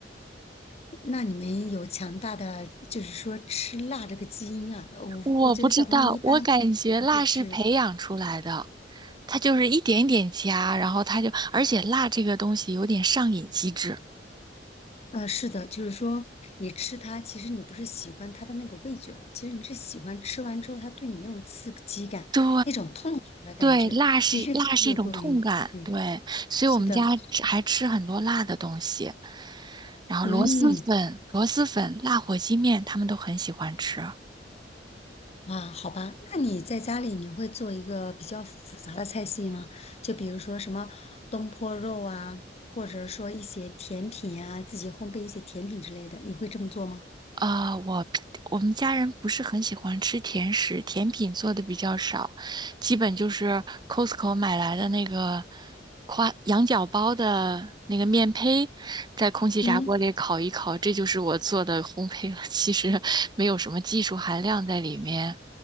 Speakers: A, on the left (about 35°); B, on the right (about 25°).
A: 那你们有强大的就是说吃辣这个基因啊？我我觉得小朋友一般不会吃，
B: 我不知道，我感觉辣是培养出来的，它就是一点一点加，然后它就，而且辣这个东西有点上瘾机制。
A: 呃，是的，就是说你吃它，其实你不是喜欢它的那个味觉了，其实你是喜欢吃完之后它对你那种刺激感、
B: 对
A: 那种痛觉的感觉，
B: 对，辣是辣是一种痛感，
A: 就越吃越过瘾。对，
B: 对，所以我们家吃还吃很多辣的东西，
A: 是的，
B: 然后螺蛳粉、
A: 嗯，
B: 螺蛳粉、辣火鸡面，他们都很喜欢吃。
A: 啊，好吧，那你在家里你会做一个比较复杂的菜系吗？就比如说什么东坡肉啊，或者说一些甜品啊，自己烘焙一些甜品之类的，你会这么做吗？
B: 啊、我 <tsk> 我们家人不是很喜欢吃甜食，甜品做的比较少，基本就是 Costco 买来的那个夸羊角包的那个面胚，在空气炸锅里烤一烤，
A: 嗯，
B: 这就是我做的烘焙了。其实没有什么技术含量在里面。